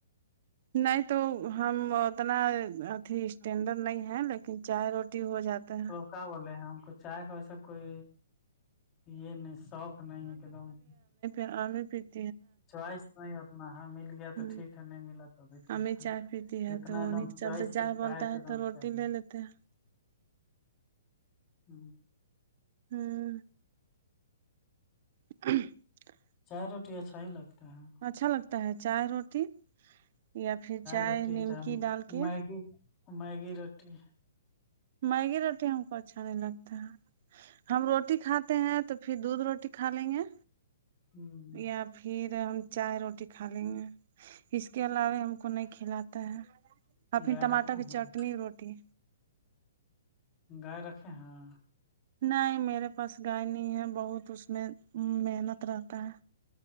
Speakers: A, on the right; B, on the left.
A: نہیں تو ہم اتنا اھی اسٹینڈرڈ نہیں ہے لیکن چائے روٹی ہو جاتا ہے
B: ک بولے ہیں ہم کو چائے کا ویسا کوئی یہ نہیں شوق نہیں ہے ایک دم
A: ا پ <unintelligible>
B: چوائس نہیں اتنا ہ مل گیا تو
A: ہ
B: ٹھیک ہے نہیں ملا توبھی ٹھیک
A: ہمیں چائے
B: ہے
A: پیتی ہے
B: اتنا
A: تو
B: ایک
A: انہیں
B: دم
A: کے چلتے
B: چوس
A: چائے
B: سے چاہے
A: بنتا
B: کے
A: ہے
B: دم
A: تو روٹی
B: چاہے
A: لے لیتے ہیں
B: ہ
A: ہوں <inaudible>
B: چار روٹی اچھا ہی لگتا ہے
A: اچھا لگتا ہے چائے روٹی یا پھر چائے
B: روٹی
A: نیمکی
B: چاہے
A: ڈال کے
B: میگی میگی روٹی
A: میگی روٹی ہم کو اچھا نہیں لگتا ہم روٹی کھاتے ہیں تو پھر دودھ روٹی کھا لیں گے
B: ہ
A: یا پ پھر ہم چائے روٹی کھا لیں گے اس کے علاوہ ہم کو نہیں کھلاتا ہے اور پھر
B: گائے
A: ٹماٹر
B: رکھے
A: کی
B: ہیں
A: چٹنی روٹی
B: گائے رکھے ہاں
A: نہیں میرے پاس گائے نہیں ہے بہت اس میں محنت رہتا ہے